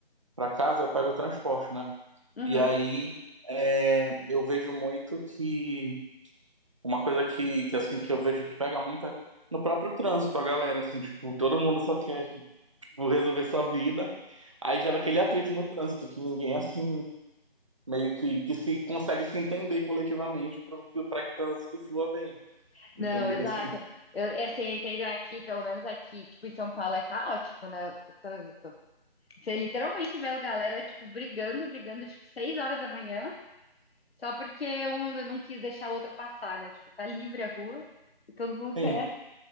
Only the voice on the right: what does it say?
pra casa, eu pego o transporte, né?
E aí é, eu vejo muito que Uma coisa que, que, assim, que eu vejo que pega muita no próprio trânsito, a galera, assim, tipo, todo mundo só quer, tipo, resolver sua vida. Aí gera
aquele atrito no trânsito, que ninguém, assim, meio que, que se consegue se entender coletivamente para que, para que o trânsito flua bem,
entendeu?
Assim,
sim.